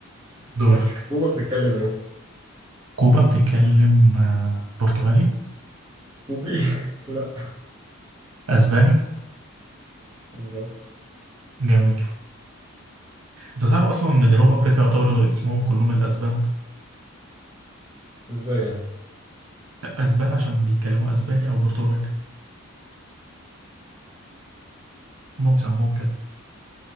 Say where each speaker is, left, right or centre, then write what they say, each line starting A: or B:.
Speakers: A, on the right; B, on the right.
A: دورك
B: ماشي كوبا بتتكلم ايه
A: كوبا بتتكلم آه، برتغالي
B: كوبي <laughs> لا
A: أسباني
B: بالظبط
A: جميل أنت تعرف أصلا إن جنوب أفريقيا يعتبر اسمهم كلهم الأسبان
B: ازاي يعني
A: أسبان عشان بيتكلموا أسباني أو برتغالي هما بيسموه كده